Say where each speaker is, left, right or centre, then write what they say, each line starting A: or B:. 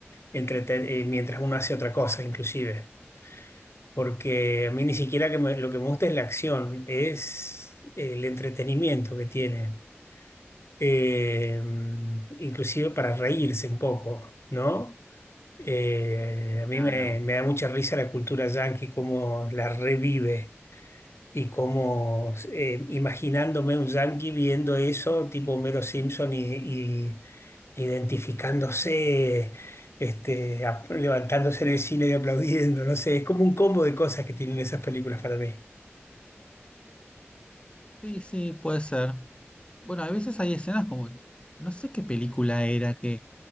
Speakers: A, on the left; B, on the left.
A: entreten- eh, mientras uno hace otra cosa, inclusive. porque a mí ni siquiera que me- lo que me gusta es la acción, es el entretenimiento que tiene, Eh, inclusive para reírse un poco, ¿no? Eh, a mí
B: Claro.
A: me, me da mucha risa la cultura yankee, cómo la revive. Y como eh, imaginándome un yankee viendo eso, tipo Homero Simpson, y, y identificándose, este, ap- levantándose en el cine y aplaudiendo, no sé, es como un combo de cosas que tienen esas películas para mí.
B: Sí, sí, puede ser. Bueno, a veces hay escenas como, no sé qué película era, que